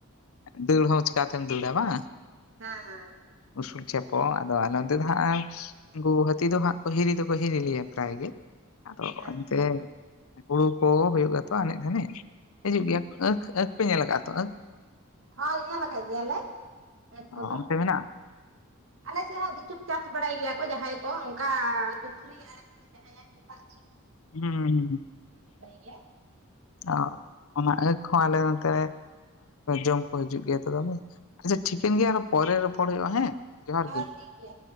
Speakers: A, on the left; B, on the right.
A: ᱫᱟᱹᱲ ᱦᱚ ᱪᱮᱠᱟ ᱛᱮᱢ ᱫᱟᱹᱲᱼᱟ᱾
B: ᱦᱮᱸ ᱦᱮᱸ
A: ᱩᱥᱩᱞ ᱪᱟᱯᱚ ᱟᱫᱚ ᱟᱞᱮ ᱚᱱᱛᱮ ᱫᱚ ᱦᱟᱸᱜ ᱠᱚ ᱦᱟᱹᱛᱤ ᱫᱚ ᱦᱟᱸᱜ ᱦᱤᱨᱤ ᱫᱚᱠᱚ ᱦᱤᱨᱤ ᱞᱮᱭᱟ ᱯᱨᱟᱭ ᱜᱮ ᱟᱫᱚ
B: ᱟᱪᱪᱷᱟ
A: ᱮᱱᱛᱮ ᱦᱩᱲᱩ ᱠᱚ ᱦᱩᱭᱩᱜ ᱜᱮᱛᱚ ᱮᱱᱮᱡ ᱫᱷᱟᱹᱱᱤᱡ ᱦᱤᱡᱩᱜ ᱜᱮᱭᱟ ᱟᱹᱠᱷᱚ ᱟᱹᱠᱷᱚ ᱯᱮ ᱧᱮᱞ ᱟᱠᱟᱫᱟ?
B: ᱦᱳᱭ ᱧᱮᱞ ᱟᱠᱟᱫ ᱜᱮᱭᱟᱞᱮ ᱟᱹᱠᱷᱚ ᱠᱚᱫᱚ
A: ᱚᱱᱛᱮ ᱢᱮᱱᱟᱜᱼᱟ
B: ᱟᱞᱮ ᱥᱮᱫ ᱦᱚᱸ ᱠᱤᱪᱷᱩ ᱪᱟᱥ ᱵᱟᱲᱟᱭ ᱜᱮᱭᱟ ᱠᱚ ᱡᱟᱦᱟᱸᱭ ᱠᱚ ᱚᱱᱠᱟ ᱯᱩᱠᱷᱨᱤ ᱟᱲᱮ ᱠᱚᱨᱮ ᱡᱟᱦᱟᱸᱭᱟᱜ ᱪᱮᱫᱟᱜ
A: ᱦᱩᱸ ᱦᱩᱸ
B: ᱜᱮᱭᱟ
A: ᱚ ᱟᱹᱠᱷᱚ ᱦᱚᱸ ᱟᱞᱮ ᱛᱮ ᱡᱚᱢ ᱠᱚ ᱦᱤᱡᱩᱜ ᱜᱮᱭᱟ ᱛ ᱟᱪᱪᱷᱟ ᱴᱷᱤᱠᱟᱹᱱ ᱜᱮᱭᱟᱚ ᱯᱚᱨᱮ ᱨᱚᱯᱚᱲ ᱦᱩᱭᱩᱜᱼᱟ ᱦᱮᱸ ᱡᱚᱦᱟᱨ
B: ᱦᱮᱸ
A: ᱜᱮ
B: ᱴᱷᱤᱠ ᱜᱮᱭᱟ